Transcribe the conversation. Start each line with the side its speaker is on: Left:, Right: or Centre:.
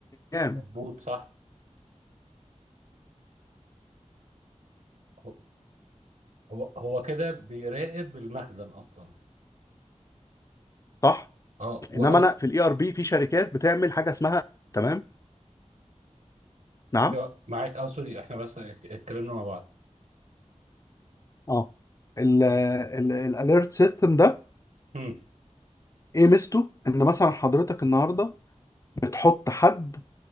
Left: ايام
Right: مظبوط صح هو هو هو كده بيراقب المخزن اصلا
Left: صح
Right: اه
Left: انما
Right: واو
Left: انا في الاي ار بي في شركات بتعمل حاجه اسمها تمام نعم
Right: أيوة، معاك اه سوري احنا بس ات- اتكلمنا مع بعض
Left: اه الاليرت سيستم ده
Right: امم
Left: ايه ميزته ان مثلا حضرتك النهارده بتحط حد